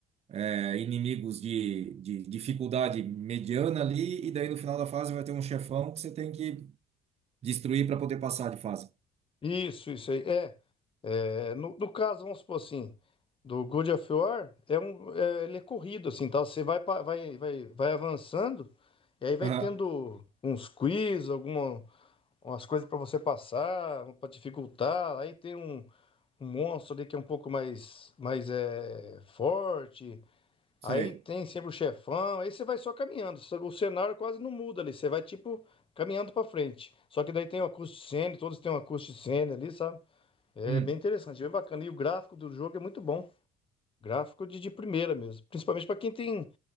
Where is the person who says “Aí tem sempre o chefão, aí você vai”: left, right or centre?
Left